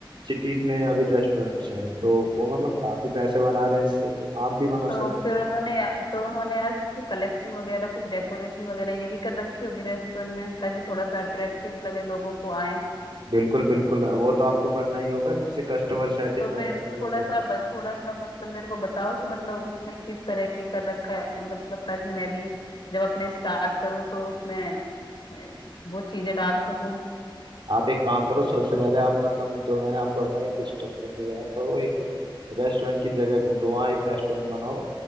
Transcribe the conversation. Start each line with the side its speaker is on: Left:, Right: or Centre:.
Right: सिटीज में अभी रेस्टोरेंट्स हैं तो वो मतलब काफी पैसे बना रहे हैं इससे तो आप भी बना
Left: तो
Right: सकते
Left: फिर
Right: हैं
Left: उन्होंने यार- तो उन्होंने यार फिर कलेक्शन वगैरह कुछ डेकोरेशन वगैरह ये भी कर रखी होगी रेस्टोरेंट में ताकि थोड़ा सा अट्रैक्टिव लगे लोगों को आए
Right: बिल्कुल बिल्कुल वो तो आपको करना ही होगा जिससे कस्टमर सेटिस्फेक्शन
Left: तो मेरे को
Right: भी बढ़ेगा
Left: थोड़ा सा ब- थोड़ा सा मतलब मेरे को बताओ कि मतलब उसने किस तरह के कर रखा है मतलब ताकि मैं भी जब अपने स्टार्ट करूं तो उसमें अ, वो चीजें डाल सकूं
Right: आप एक काम करो सबसे पहले आप मतलब जो मैंने आपको बताया एक स्ट्रक्चर तैयार करो एक रेस्टोरेंट की जगह ढूंढो वहाँ एक रेस्टोरेंट बनाओ